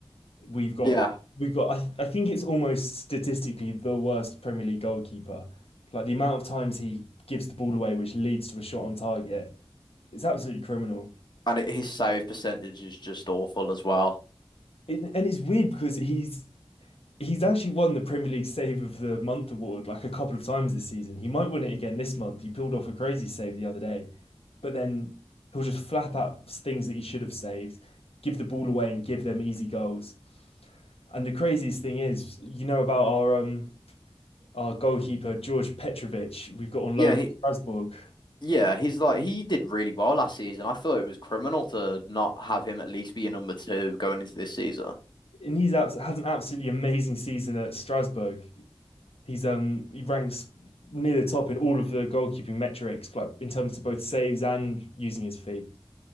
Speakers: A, on the left; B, on the left.
A: We've got
B: Yeah,
A: we've got I, th- I think it's almost statistically the worst Premier League goalkeeper. Like the amount of times he gives the ball away, which leads to a shot on target, it's absolutely criminal.
B: and it, his save percentage is just awful as well.
A: It, and it's weird because he's he's actually won the Premier League Save of the Month award like a couple of times this season. He might win it again this month. He pulled off a crazy save the other day, but then he'll just flap out things that he should have saved, give the ball away, and give them easy goals. And the craziest thing is, you know about our um our goalkeeper George Petrovic we've got on
B: Yeah,
A: loan
B: he,
A: at Strasbourg,
B: Yeah, he's like he did really well last season. I thought it was criminal to not have him at least be a number two going into this season.
A: and he's has an absolutely amazing season at Strasbourg. He's um he ranks near the top in all of the goalkeeping metrics, like in terms of both saves and using his feet.